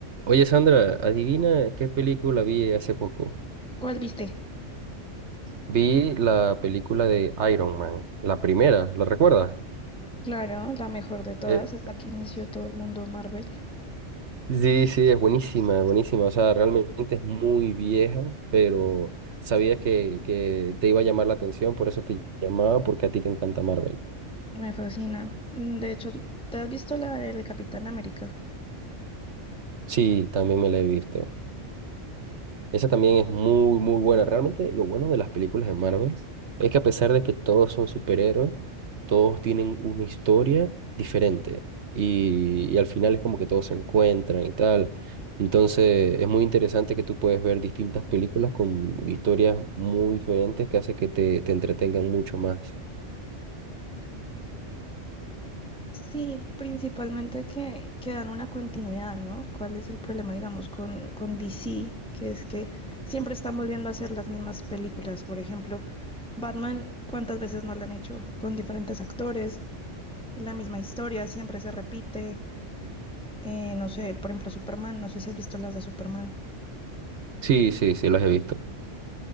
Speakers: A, on the right (about 65°); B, in the centre.
A: Oye, Sandra, adivina qué película vi hace poco.
B: ¿Cuál viste?
A: Vi la película de Iron Man, la primera, ¿la recuerdas?
B: Claro, la mejor de todas
A: Eh,
B: es la que inició todo el mundo Marvel.
A: sí, sí, es buenísima, buenísima. O sea, realmente es muy vieja, pero sabía que, que te iba a llamar la atención, por eso te llamaba, porque a ti te encanta Marvel.
B: Me fascina. De hecho, ¿te has visto la del Capitán América?
A: Sí, también me la he visto. Esa también es muy, muy buena. Realmente lo bueno de las películas de Marvel es que a pesar de que todos son superhéroes, todos tienen una historia diferente y, y al final es como que todos se encuentran y tal. Entonces es muy interesante que tú puedes ver distintas películas con historias muy diferentes que hace que te, te entretengan mucho más.
B: Sí, principalmente que, que dan una continuidad, ¿no? ¿Cuál es el problema, digamos, con, con DC? Que es que siempre están volviendo a hacer las mismas películas. Por ejemplo, Batman, ¿cuántas veces no la han hecho con diferentes actores? La misma historia siempre se repite. Eh, no sé, por ejemplo, Superman, no sé si has visto las de Superman.
A: Sí, sí, sí, los he visto.